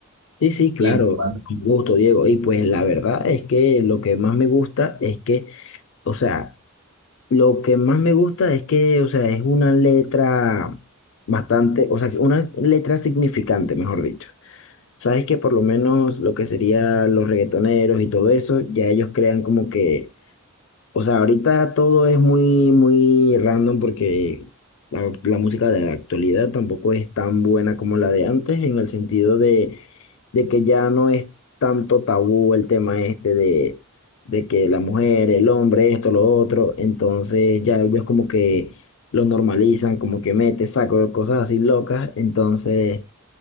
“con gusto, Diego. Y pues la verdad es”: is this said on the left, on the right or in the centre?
Left